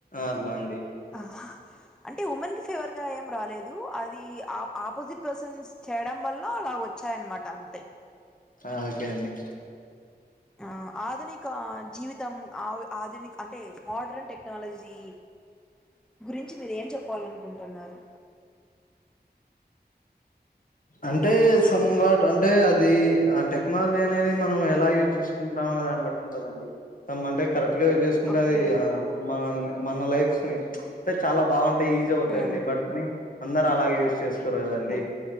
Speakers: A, on the left; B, in the centre.
A: అట్లా అండి
B: ఆహ్ అంటే ఉమెన్ కి ఫేవర్ గా ఏం రాలేదు అది ఆ ఆపోజిట్ పర్సన్స్ చేయడం వల్ల అలా వచ్చాయన్నమాట అంతే
A: ఓకే అండి
B: ఆ ఆధునిక జీవితం ఆ ఆధునిక అంటే మోడ్రన్ టెక్నాలజీ గురించి మీర ఏం చెప్పాలం కుంటున్నారు
A: అంటే సమ్ వాట్ అంటే అది ఆ టెక్నాలజీ అనేది మనం ఎలా యూజ్ చేసుకుంటాం అనే దాన్ని బట్టి ఉంటదండి సమ్ అంటే కరెక్ట్ గా చేసుకుంటే
B: ఓకే.
A: అది ఆ మనల్ని మన లైఫ్స్ ని అంటెచాలా బావుంటుంది తే ఈజీ అవుతాయండి
B: హ్మ్.
A: బట్ కానీ అందరు అలాగే చేసుకోరు కదండి
B: ఓకే.